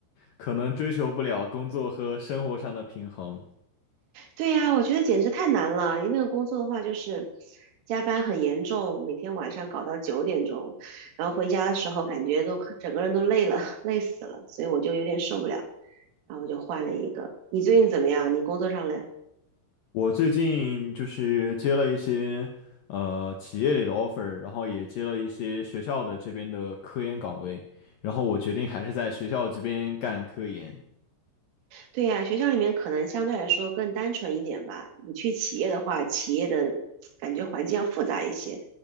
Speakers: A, on the left (about 75°); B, on the right (about 85°).
A: 可能追求不了工作和生活上的平衡。
B: 对呀，我觉得简直太难了。因为那个工作的话，就是加班很严重，每天晚上搞到九点钟，然后回家的时候感觉都整个人都累了，<laughs> 累死了，所以我就有点受不了，然后我就换了一个。你最近怎么样？你工作上嘞？
A: 我最近就是接了一些呃企业里的 offer，然后也接了一些学校的这边的科研岗位，然后我决定还是在学校这边干科研。
B: 对呀，学校里面可能相对来说更单纯一点吧。你去企业的话，企业的感觉环境要复杂一些，